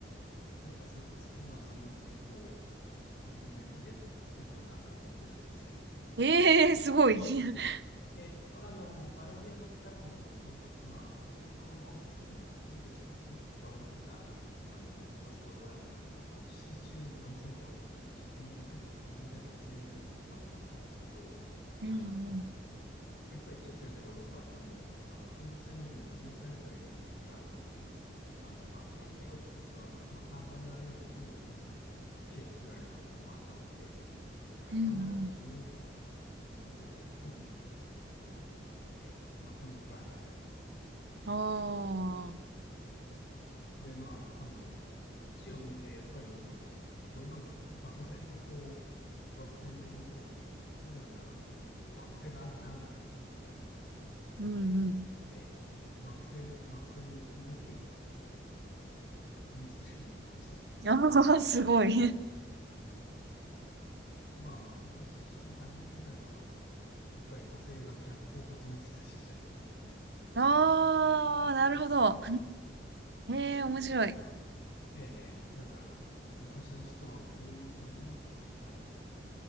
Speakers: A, on the left; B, on the right.
A: なんかそ、まあ、そのうち、こう、自分で木で作ろうかなとは思ってるんですけど。
B: ええ、すごい。<laughs>
A: え、あの、アラビアのからのその装飾、まあ、本当のその器具としてつく、使われてた、あの、アストロラーベってのは、あの、真鍮の分厚い板を職人が手で削り出して精密に作ったものなんですけど、
B: うんうん。
A: あの、やっぱり中世のヨーロッパでも、あの、金属製のものを輸入されてはいるんですが、その、あの、まあ、教育用途とか、まあ、簡単な用途には、その、木で作られたものもあったので、だから必ずしも、
B: うんうん。
A: あの、金属製でなくても、その、えーまあ、雰囲気は味わえると。
B: ああ、
A: で、まあ、あの、地を見て、やっぱりその、これまで漠然とこう、惑星の動きを夜空眺めても、こう、惑星があるな、ぐらいに思ってたんだけど、その、
B: うんうん。
A: で、惑星が、惑星の動きをこう気にするようになりましたね。
B: ああ、すごい。
A: <laughs> まあ、今年の初めぐらいは、あの、やっぱり火星が逆行を始めてた時期だったんで、
B: ああ、なるほど。へえ、面白い。
A: だから、ええだから、昔の人はこういうふうに、あの、